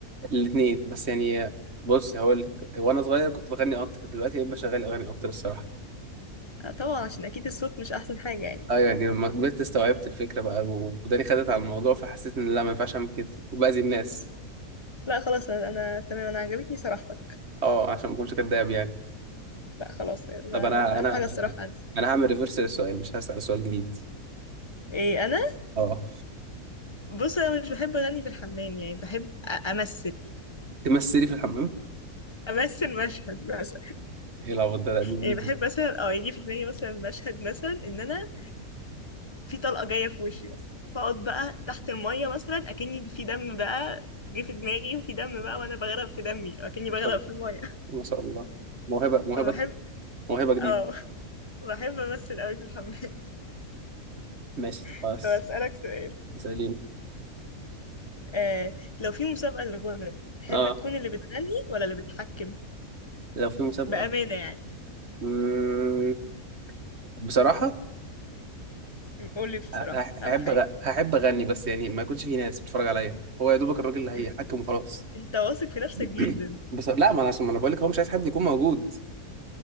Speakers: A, on the right; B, on the left.
A: الاتنين بس يعني بص هقول لك وأنا صغير كنت بغني أكتر دلوقتي بشغل أغاني أكتر الصراحة
B: آه، طبعا عشان اكيد الصوت مش احسن حاجه يعني
A: أه يعني لما كبرت استوعبت الفكرة بقى وداني خدت على الموضوع فحسيت إن لا ما ينفعش أعمل كده وبأذي الناس
B: لا خلاص انا, أنا تمام انا عجبتني صراحتك
A: أه عشان ما أكونش كداب يعني
B: لا خلاص انا
A: طب أنا أنا
B: اهم حاجه الصراحه عندي
A: أنا هعمل ريفرس للسؤال مش هسأل سؤال جديد
B: ايه انا
A: أه
B: بص انا مش بحب اغني في الحمام يعني بحب أ- امثل
A: تمثلي في الحمام
B: امثل مشهد مثلا
A: إيه العبط ده لا دي
B: يعني
A: جديد
B: بحب مثلا اه يجي في دماغي مثلا مشهد مثلا ان انا في طلقه جايه في وشي مثلا فاقعد بقى تحت الميه مثلا اكني في دم بقى جه في دماغي وفي دم بقى وانا بغرق في دمي أو اكني بغرق
A: شاء الله
B: في الميه
A: ما شاء الله موهبة
B: <laughs>
A: موهبة
B: فبحب
A: موهبة جديدة
B: اه بحب امثل قوي في الحمام
A: ماشي
B: <laughs>
A: خلاص
B: طب اسالك سؤال
A: سليم
B: آه لو في مسابقه للغنى تحب
A: اه
B: تكون اللي بتغني ولا اللي بتحكم
A: لو في مسابقة
B: بامانه يعني
A: مم... بصراحة
B: م- قولي بصراحه
A: ه- هحب
B: اهم حاجه
A: أغ... هحب أغني بس يعني ما يكونش في ناس بتتفرج عليا هو يا دوبك الراجل اللي هيحكم
B: إز...
A: وخلاص
B: انت واثق في نفسك
A: <clears throat>
B: جدا
A: بس لا ما انا عشان ما انا بقول لك هو مش عايز حد يكون موجود